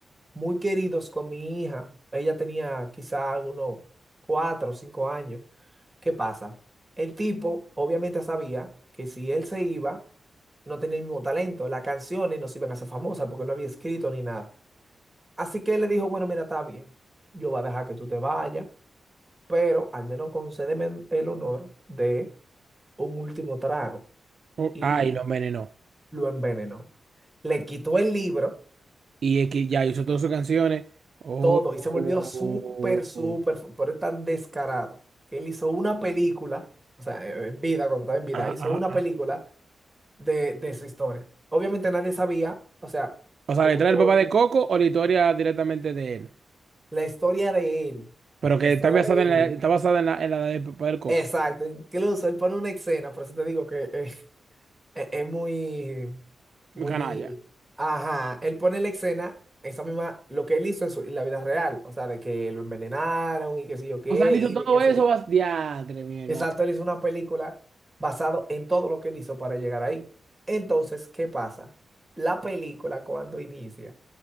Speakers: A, on the right; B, on the right.
A: muy queridos con mi hija. Ella tenía quizá algunos cuatro o cinco años. ¿Qué pasa? El tipo obviamente sabía que si él se iba, no tenía el mismo talento. Las canciones no se iban a hacer famosas porque no había escrito ni nada. Así que él le dijo, bueno, mira, está bien, yo voy a dejar que tú te vayas, pero al menos concédeme el honor de un último trago.
B: Oh,
A: Y
B: Ay, lo envenenó.
A: lo envenenó. Le quitó el libro.
B: Y es que ya hizo todas sus canciones. Oh,
A: todo y
B: oh,
A: se volvió súper, súper,
B: oh. oh.
A: fu- pero es tan descarado que él hizo una película, o sea, eh, en vida, cuando estaba en vida,
B: Ajá,
A: hizo
B: ajá,
A: una
B: ajá.
A: película de, de su historia. Obviamente nadie sabía, o sea,
B: O sea,
A: como
B: ¿le trae
A: todo,
B: el papá de Coco o la historia directamente de él?
A: la historia de él,
B: Pero que
A: la historia
B: está basada
A: de
B: en la,
A: él.
B: está basada en la, en la de Papá del Coco.
A: Exacto, incluso él pone una escena, por eso te digo que eh, es, es muy, muy,
B: Mi canalla.
A: ajá, él pone la escena. Esa misma, lo que él hizo en, su, en la vida real, o sea, de que lo envenenaron y qué sé yo qué,
B: O sea, él
A: y
B: hizo todo
A: de que se,
B: eso, vas... diantre, mi hermano.
A: Exacto, él hizo una película basado en todo lo que él hizo para llegar ahí. Entonces, ¿qué pasa? La película cuando inicia